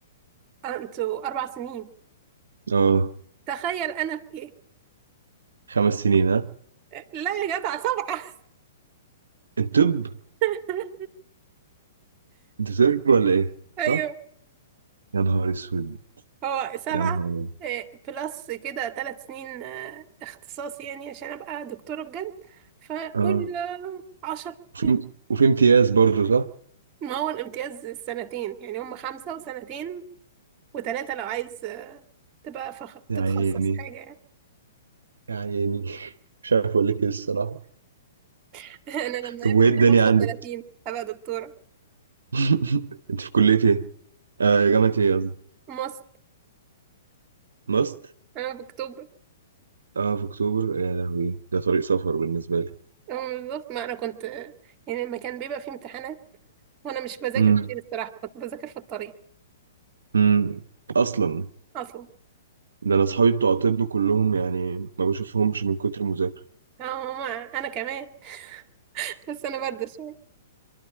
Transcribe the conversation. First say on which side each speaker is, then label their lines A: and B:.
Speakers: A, on the right; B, on the right.
A: آه، انتوا اربع سنين
B: اه
A: تخيل انا في ايه
B: خمس سنين ها
A: لا يا جدع سبعه
B: الطب
A: <laughs>
B: انت طب ولا ايه
A: ايوه
B: صح يا نهار اسود
A: هو سبعه
B: يا نهار
A: إيه، بلس كده ثلاث سنين آه، اختصاصي يعني عشان ابقى دكتوره بجد فقول
B: اه
A: آه، عشرة
B: وفي
A: يعني.
B: وفي امتياز برضه صح
A: ما هو الامتياز سنتين يعني هم خمسه وسنتين وتلاتة لو عايز آه، تبقى فخ...
B: يا
A: تتخصص
B: عيني
A: حاجة يعني
B: يا عيني <laughs> مش عارف اقول لك ايه الصراحه
A: <laughs> أنا لما
B: طب
A: يبقى
B: وايه
A: عندي
B: الدنيا
A: خمسة
B: عندك
A: وتلاتين هبقى دكتورة
B: <laughs> انت في كليه ايه آه جامعه ايه قصدي
A: ماست
B: ماست
A: أنا في أكتوبر
B: اه في اكتوبر يا لهوي ده طريق سفر بالنسبه لي
A: أه، بالظبط ما أنا كنت آه، يعني لما كان بيبقى فيه امتحانات وأنا مش بذاكر
B: امم
A: كتير الصراحة كنت بذاكر في الطريق
B: امم اصلا
A: أصلا
B: ده انا اصحابي بتوع طب كلهم يعني ما بشوفهمش من كتر المذاكره
A: أه ماما أنا كمان <laughs> بس أنا باردة شوية